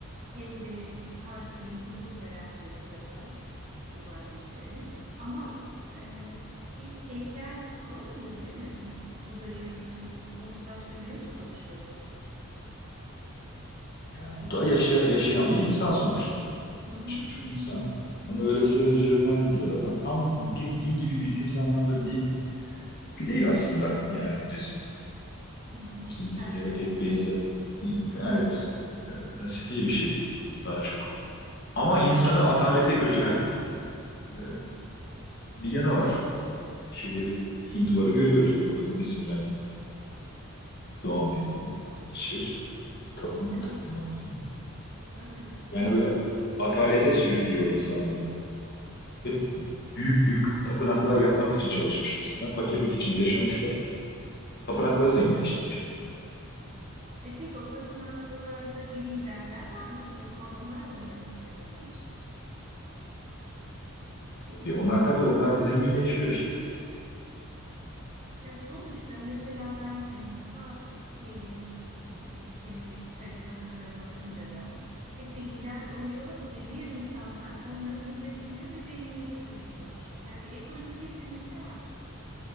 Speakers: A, on the right; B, on the left.
A: hem de sakin, huzur veren bir yapıları var ibadetlerinin. Ama e, bir heykel falan oluyor değil mi? Buda'yı bir somutlaştırmaya mı çalışıyorlar?
B: Yani bu da yaşa- yaşayan bir insan sonuçta.
A: Hı hı,
B: Yaşamış bir insan. Onun öğretileri üzerinden gidiyorlar. Ama tam bir din gibi bildiğimiz anlamda din gibi değil aslında yani bu dizi.
A: hı hı.
B: Bizim
A: Felsefe.
B: dinlere pek benzer. Evet, e, felsefi bir şey daha çok. Ama
A: Hı hı.
B: insanı atalete götüren e, bir yanı var. Şeyleri Hinduları görüyoruz. Orada da Budizm'den doğan bir şey. Tapın,
A: Evet,
B: tapınma diyelim.
A: evet.
B: Yani böyle atalete sürüklüyor insanları. Hep büyük büyük tapınaklar yapmak için çalışmış insanlar. Fakirlik içinde yaşamışlar. Tapınakları zenginleştirmiş.
A: E peki o tapınaklarda bir liderler varmış. O zaman onlar da onlara hizmet etmiş, değil mi?
B: E onlar tabii onlar zenginleşiyor işte.
A: Ya sonuçta mesela ben e, ta ki m, ülkemizdeki tarikatlara bakınca da hep bir lider oluyor ve diğer insanlar onlara hizmet ediyor ve zenginleştirmeye çalışıyor. Yani bir ekonomi kesinlikle var.